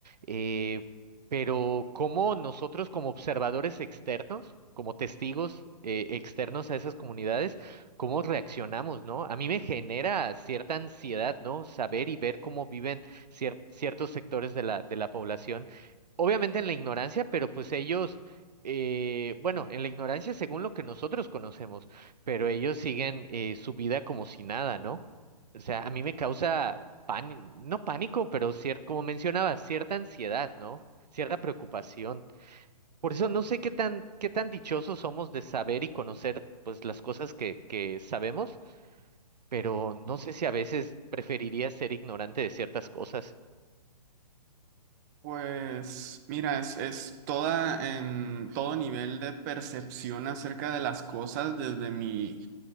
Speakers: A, on the right; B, on the right.
A: Eh, pero cómo nosotros como observadores externos, como testigos eh, externos a esas comunidades, ¿cómo reaccionamos, ¿no? A mí me genera cierta ansiedad, ¿no? Saber y ver cómo viven cier- ciertos sectores de la, de la población, obviamente en la ignorancia, pero pues ellos, eh, bueno, en la ignorancia según lo que nosotros conocemos, pero ellos siguen eh, su vida como si nada, ¿no? O sea, a mí me causa pánico, no pánico, pero cier- como mencionaba, cierta ansiedad, ¿no? Cierta preocupación. Por eso no sé qué tan, qué tan dichosos somos de saber y conocer, pues, las cosas que, que sabemos, pero no sé si a veces preferiría ser ignorante de ciertas cosas.
B: Pues, mira, es, es toda, em, todo nivel de percepción acerca de las cosas desde mi